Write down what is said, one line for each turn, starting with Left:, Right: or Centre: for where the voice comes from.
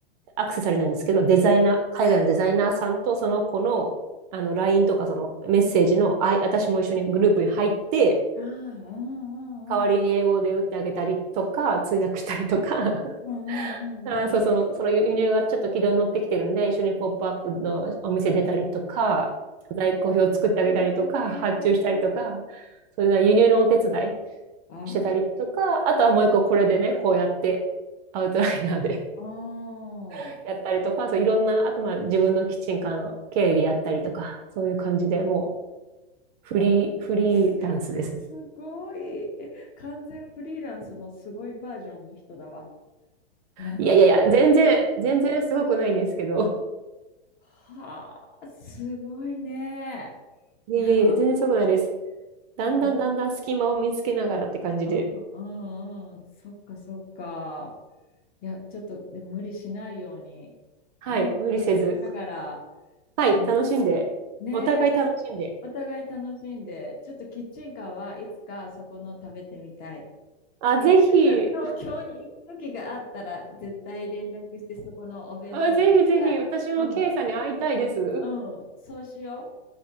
Right: アクセサリーなんですけど、デザイナー、海外のデザイナーさんとその子の、あの、LINE とかそのメッセージの、あい、私も一緒にグループに入って、
Left: ああ、うんうん
Right: 代わりに英語で打ってあげたりとか、通訳したりとか、
Left: うんうんうんうんうんうん
Right: あー、そう、その、その輸入がちょっと軌道に乗ってきてるんで、一緒にポップアップのお店出たりとか、在庫表作ってあげたりとか、
Left: へえ。
Right: 発注したりとか、それで輸入のお手伝い
Left: あ
Right: してたりとか、あとはもう一個これでね、こうやってアウトライナーで
Left: あ、うん。
Right: <laughs> やったりとか、そういろんな、あとまあ自分のキッチンカーの経理やったりとか、そういう感じでもうフリー、フリーランスですね。
Left: え、じゃあすごい。え、完全フリーランスのすごいバージョンの人だわ。何個やってるの
Right: いやいやいや、全然、全然すごくないんですけど、
Left: はあ、すごいね。
Right: いやいやいや、
Left: いや、
Right: 全然すごくないです。だんだんだんだん隙間を見つけながらって感じで。
Left: うんうんうん。そっかそっか。いや、ちょっとでも無理しないように。
Right: はい、
Left: でも楽しみながら、
Right: 無理せず。はい、
Left: うん、
Right: 楽しんで。
Left: ね
Right: お互い楽しんで。
Left: お互い楽しんで、ちょっとキッチンカーはいつかそこの食べてみたい。
Right: あ、ぜひ、
Left: いつか東京に行く時があったら、絶対連絡してそこのお弁当を食べたい。
Right: あ、ぜひぜひ、私もケイさんに会いたいです。
Left: うん、うん、そうしよ